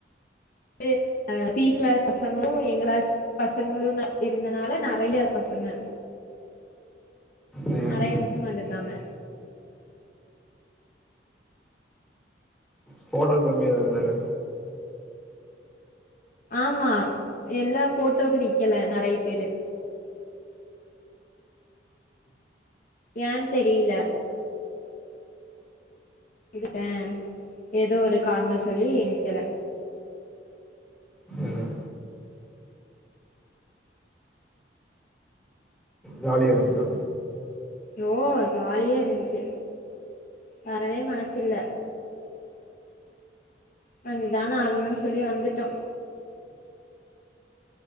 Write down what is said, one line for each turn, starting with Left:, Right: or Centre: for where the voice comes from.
Left: ட்டு அ சி கிளாஸ் பசங்களும் எங் கிளாஸ் பசங்களும் ற இருந்தனால நறைய பசங்க
Centre: ம்
Left: நறைய பசங்க வந்துருந்தாங்க
Centre: ஃபோட்டோல கம்மியா இருந்தாங்க
Left: ஆமா எல்லா போட்டோக்கு நிக்கில நறைய பேரு ஏன் தெரியில இதுட்ட ஏதோ ஒரு காரண சொல்லி நிக்கல
Centre: ம் ஜாலிய இருந் சா
Left: நோ ஜாலியா இருந்ச்சு வரவே மசில்ல வந்துதான ஆகணுன் சொல்லி வந்துட்டோம்